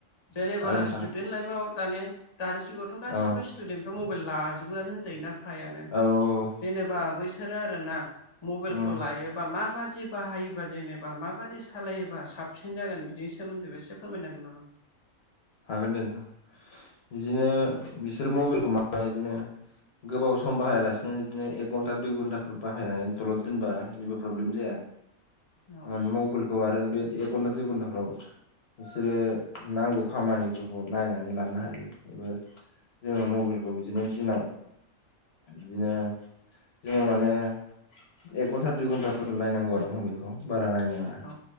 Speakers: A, on the left; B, on the left.
A: जेनेबा
B: हागोन नोंथां
A: स्टुडेन्ट लाइफआव दानि दानि जुगावथ' गासिबो
B: औ
A: स्टुदेन्ट फ्रा मबाइल लाजोबोआनो होनजायो ना फ्रायानो
B: औ औ
A: जेनेबा बैसोरो आरो ना मबाइलखौ
B: उम
A: लायो बा माबादि बाहायोबा जेनेबा माबादि सालायोबा साबसिन जागोन बिदिनि सोमोन्दैबो एसे फोरमायनो हागोन नामा
B: हागोन दे नोंथां बिदिनो बिसोर मबाइलखौ माबा बिदिनो गोबाव सम बाहायालासिनो बिदिनो एक घन्टा दुइ घन्टाफोर बाहायनानै दलद दोनबा जेबो प्रब्लेम जाया
A: औ
B: ओ मबाइलखौ आरो बे एक घन्टा दुइ घन्टाफ्राव बिसोरो नांगौ खामानिफोरखौ नायनानै लानो हायो बेबो जोङो मबाइल बिदिनो दिनाव बिदिनो जोङो माने एक घन्टा दुइ घन्टाफोर नायनांगौ आरो मबेलखौ बारा नायनाङा
A: औ